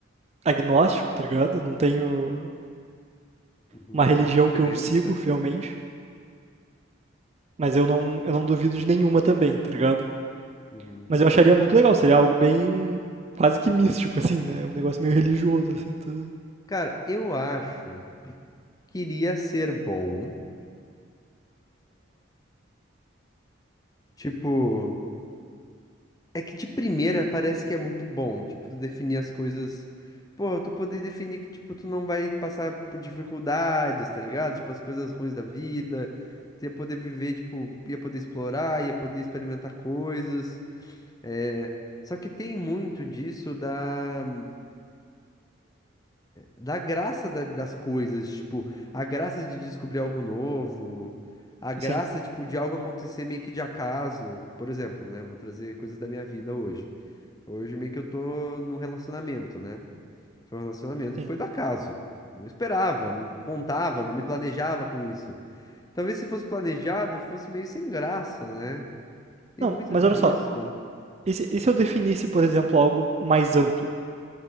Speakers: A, on the right; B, on the left.
A: agnóstico, tá ligado? Não tenho
B: Uhum.
A: uma religião
B: Crença.
A: que eu sigo fielmente, mas eu não, eu não duvido de nenhuma também, tá ligado?
B: Uhum.
A: Mas eu acharia muito legal, seria algo bem quase que místico, assim, né? Um negócio meio religioso, assim, tá?
B: Cara, eu acho que iria ser bom, tipo, É que de primeira parece que é muito bom, tipo, tu definir as coisas. Pô, tu poder definir que, tipo, tu não vai passar por dificuldades, tá ligado? Tipo, as coisas ruins da vida. Tu ia poder viver, tipo, ia poder explorar, ia poder experimentar coisas. É... Só que tem muito disso da, da graça da- das coisas, tipo, a graça de descobrir algo novo, a graça,
A: Sim,
B: tipo, de algo acontecer meio que de acaso. Por exemplo, né? Vou trazer coisas da minha vida hoje. Hoje meio que eu tô num relacionamento, né? Foi um relacionamento
A: sim.
B: que foi do acaso. Eu Não esperava, não contava, não me planejava com isso. Talvez se fosse planejado, fosse meio sem graça, né? Tem
A: Não,
B: muito
A: mas
B: disso.
A: olha só, e se, e se eu definisse, por exemplo, algo mais amplo?